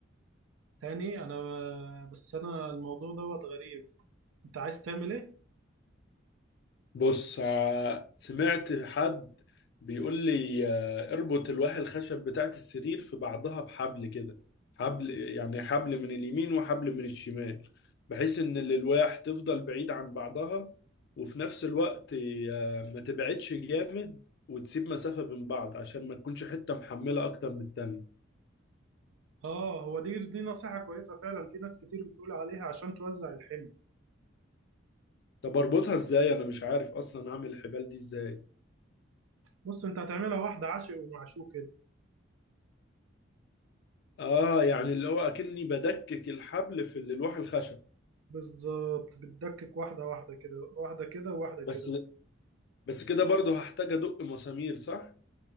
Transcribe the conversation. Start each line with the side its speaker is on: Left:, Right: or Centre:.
Right: تاني انا بس انا الموضوع دوت غريب انت عايز تعمل ايه
Left: بص ع- سمعت حد بيقول لي آه، اربط الواح الخشب بتاعت السرير في بعضها بحبل كده حبل يعني حبل من اليمين وحبل من الشمال بحيث ان الالواح تفضل بعيد عن بعضها وفي نفس الوقت آه، ما تبعدش جامد وتسيب مسافة بين بعض عشان ما تكونش حتة محملة اكتر من التانية
Right: اه هو دي دي نصيحة كويسة فعلا في ناس كتير بتقول عليها عشان توزع الحمل
Left: طب اربطها ازاي انا مش عارف اصلا اعمل الحبال دي ازاي
Right: بص انت هتعملها واحدة عشق ومعشوق كده
Left: اه يعني اللي هو اكني بدكك الحبل في الواح الخشب
Right: بالظبط بتدكك واحدة واحدة كده واحدة كده وواحدة
Left: بس
Right: كده
Left: بس كده برضه هحتاج ادق مسامير صح